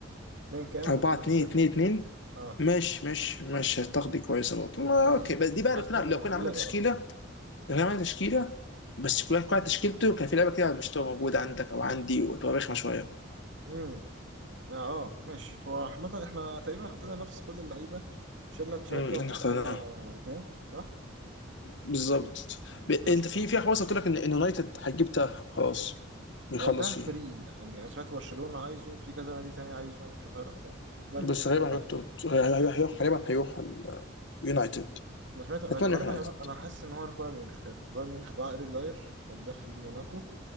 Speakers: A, on the right (about 65°); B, on the left (about 65°).
A: 2 كام
B: 4
A: و2
B: 2
A: سترايك
B: 2 2
A: اه
B: ماشي ماشي ماشي هتاخدي كويسه برضه ما-
A: لذيذه
B: اوكي بس دي بقى
A: حاسس
B: لو كنا
A: ان
B: لو كنا
A: دي
B: عملنا
A: لايقه
B: تشكيله
A: اكتر
B: لو كنا عملنا تشكيله بس كل واحد كل واحد تشكيلته كان في لعبه كده مش تبقى موجوده عندك او عندي وتبقى رخمه شويه
A: امم اه آه، ماشي هو عامه احنا تقريبا حطينا نفس كل اللعيبه شلنا تشاكا
B: امم
A: وحطينا
B: احنا اخترناها
A: تاه صح
B: بالظبط ب... انت
A: بس
B: في في خلاص قلت لك ان إن يونايتد هتجيب تاه خلاص بيخلص
A: هو تاه
B: فيه
A: فري يعني أنا سمعت برشلونه عايزه في كذا نادي تاني عايزه نشوف هيروح فين بايرن ميونخ
B: بس غالبا
A: برضه
B: هيروح
A: عايزه
B: تود- هيروح هيروح- غالبا هيروح ال- يونايتد
A: انا سمعت أنا
B: اتمنى
A: غالبا
B: يونايتد
A: هيروح انا حاسس ان هو هيروح بايرن ميونخ لان بايرن ميونخ باع ايريك داير وداه فري موناكو